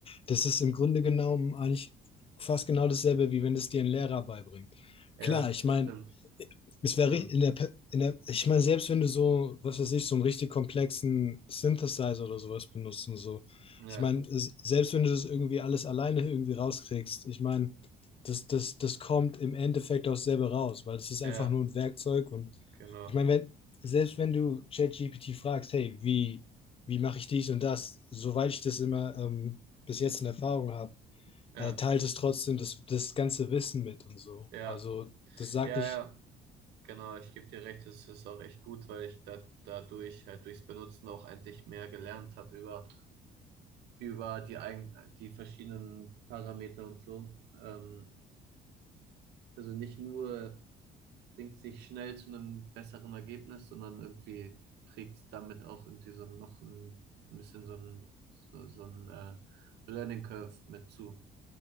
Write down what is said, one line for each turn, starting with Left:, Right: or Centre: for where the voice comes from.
Left: das ist im Grunde genommen eigentlich fast genau dasselbe, wie wenn es dir ein Lehrer beibringt.
Right: ja,
Left: Klar, ich
Right: stimmt,
Left: meine, es
Right: stimmt.
Left: wäre in der, Pe- in der, ich meine, selbst wenn du so, was weiß ich, so einen richtig komplexen Synthesizer oder sowas benutzt und so,
Right: Ja,
Left: ich meine, es- selbst wenn du das irgendwie alles alleine irgendwie rauskriegst, ich meine, das, das, das kommt im Endeffekt auch selber raus, weil es ist
Right: ja,
Left: einfach nur ein Werkzeug und
Right: genau.
Left: ich meine, wenn, selbst wenn du ChatGPT fragst, hey, wie, wie mache ich dies und das, soweit ich das immer ähm, bis jetzt in Erfahrung habe,
Right: Ja,
Left: äh, teilt es trotzdem das, das ganze Wissen mit und so.
Right: ja,
Left: Also das sagt
Right: ja,
Left: nicht,
Right: ja, genau. Ich gebe dir recht, es ist auch echt gut, weil ich da, dadurch halt durchs Benutzen auch eigentlich mehr gelernt habe über über die, eigen, die verschiedenen Parameter und so. Ähm, also nicht nur bringt sich schnell zu einem besseren Ergebnis, sondern irgendwie trägt damit auch irgendwie so noch ein, ein bisschen so ein, so, so ein äh, Learning Curve mit zu.